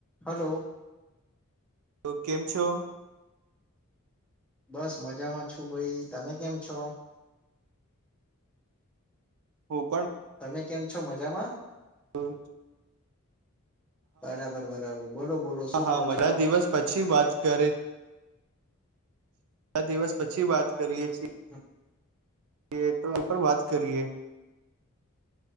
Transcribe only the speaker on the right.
તો કેમ છો
હું
હમ્મ
હા હા
મજા
દિવસ પછી વાત કરે દિવસ પછી વાત કરીએ છીએ
કે તો એ પર વાત કરીએ